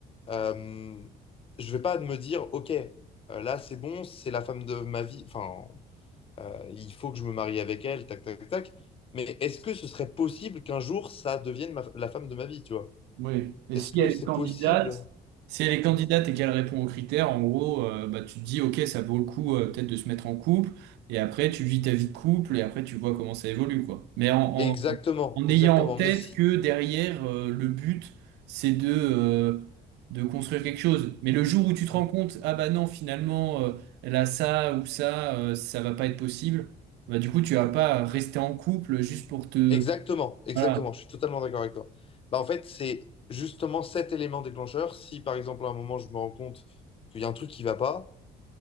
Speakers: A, on the left; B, on the right.
A: Euh, je vais pas me dire, OK, euh, là c'est bon, c'est la femme de ma vie, enfin, euh, il faut que je me marie avec elle, tac, tac, tac. Mais est-ce que ce serait possible qu'un jour ça devienne ma- la femme de ma vie, tu vois?
B: Oui. Et
A: Est-ce
B: si
A: que
B: elle
A: c'est
B: est candidate,
A: possible?
B: si elle est candidate
A: Mm.
B: et qu'elle répond aux critères, en gros, euh, bah, tu te dis, ok, ça vaut le coup euh, peut-être de se mettre en couple. Et après, tu vis ta vie de couple et après, tu vois comment ça évolue, quoi. Mais en,
A: Exactement,
B: en, en
A: exactement.
B: ayant en tête
A: Mais si.
B: que derrière, euh, le but, c'est de, euh, de construire quelque chose. Mais le jour où tu te
A: mmh.
B: rends compte, ah bah non, finalement, euh, elle a ça ou ça, euh, ça va pas être possible, bah du coup, tu vas pas rester en couple juste pour te...
A: Exactement, exactement,
B: Voilà.
A: je suis totalement d'accord avec toi. Bah, en fait, c'est justement cet élément déclencheur. Si par exemple à un moment je me rends compte qu'il y a un truc qui va pas,